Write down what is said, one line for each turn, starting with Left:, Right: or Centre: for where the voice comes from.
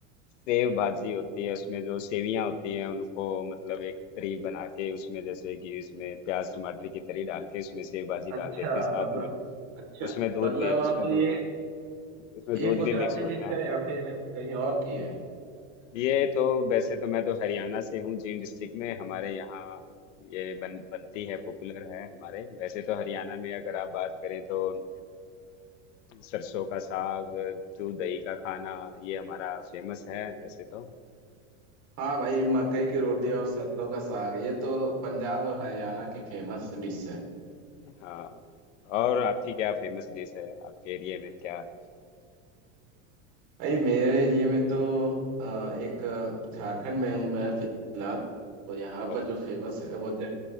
Left: सेव भाजी होती है उसमें जो सेवियां होती हैं उनको मतलब एक तरी बना के उसमें जैसे कि उसमें प्याज टमाटर की तरी डाल के उसमें सेव भाजी
Right: अच्छा
Left: डाल देते हैं साथ
Right: मतलब
Left: में
Right: अच्छा
Left: उसमें दूध
Right: मतलब
Left: भी
Right: आप
Left: उसमें
Right: ये
Left: दू, उसमें
Right: ये
Left: दूध
Right: गुजराती
Left: भी मिक्स होता
Right: डिश
Left: है
Right: है या फिर कहीं और की है
Left: ये तो वैसे तो मैं तो हरियाणा से हूँ जींद डिस्ट्रिक्ट में हमारे यहाँ ये बन बनती है पॉपुलर है हमारे वैसे तो हरियाणा में अगर आप बात करें तो अ, सरसों का साग दूध दही का खाना ये हमारा फेमस है वैसे तो
Right: हाँ भाई मकई
Left: ओ,
Right: की रोटी और सरसों का साग ये तो पंजाब और हरियाणा की फेमस डिश है
Left: हाँ और आपकी क्या फेमस डिश है आपके एरिया में क्या है
Right: भाई मेरे एरिया में तो अ, एक अ, झारखंड में हूँ मैं फिलहाल तो यहाँ
Left: Okay
Right: पर जो फेमस
Left: okay
Right: है वो जल